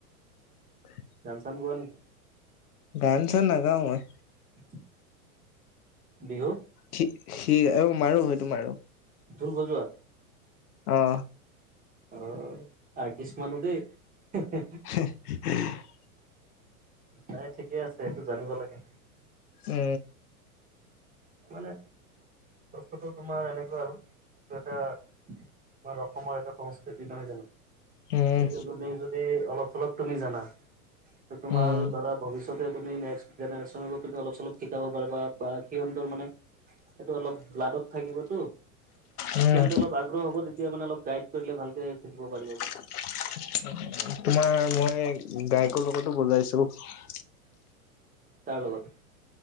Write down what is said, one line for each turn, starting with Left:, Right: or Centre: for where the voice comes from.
Left: <inaudible>
Right: গান চান গোৱা নেকি
Left: গান চান নাগাওঁ মই
Right: <inaudible> বিহু
Left: স মাৰো সেইটো মাৰো
Right: ঢোল বজোৱা
Left: অ
Right: অ আৰ্টিষ্ট মানুহ দেেই
Left: উ
Right: নাই ঠিকে আছে সেইটো জানিব লাগে
Left: এ
Right: মানে বস্তুটো তোমাৰ এনেকোৱা আৰু টো এটা আমাৰ অসমৰ এটা সংস্কৃতি নহয় জানো?
Left: উম
Right: সেইটো তুমি যদি অলপ চলপ তুমি জানা তোমাৰ
Left: উম
Right: ধৰা ভৱিষ্য তে তুমি নেক্সট জেনেৰেচনো তুমি অলপ চলপ শিকাব পাৰা বা বা সিহঁতৰ মানে সেইটো অলপ লাডত থাকিবতো
Left: উম
Right: সিহঁতে অলপ আ গ্ৰহ হ'ব তেতিয়া মানে অলপ গাইড কৰিলে ভালকে শিকিব পাৰিব
Left: তোমাৰ
Right: মানে
Left: মই গায়কৰ লগতো বজাইছো
Right: কাৰ লগত